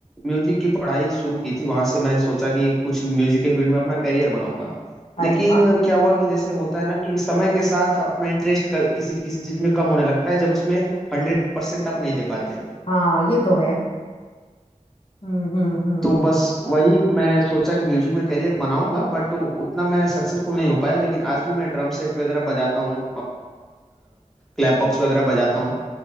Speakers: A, in the centre; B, on the left (about 50°).
A: म्यूजिक की पढ़ाई शुरू की थी वहां से मैं सोचा कि कुछ म्यूजिक के फील्ड में अपना करियर बनाऊंगा
B: अरे
A: लेकिन
B: वाह
A: क्या हुआ कि जैसे होता है ना कि समय के साथ अपना इंटरेस्ट किसी किसी चीज में कम होने लगता है जब उसमें हंड्रेड परसेंट आप नहीं दे पाते हैं
B: हाँ ये तो है हम्म हम्म हम्म
A: तो बस वही मैं सोचा कि म्यूजिक में करियर बनाऊंगा बट उतना मैं सक्सेसफुल नहीं हो पाया लेकिन आज भी मैं ड्रम सेट वगैरह बजाता हूँ क्लैप बॉक्स वगैरह बजाता हूँ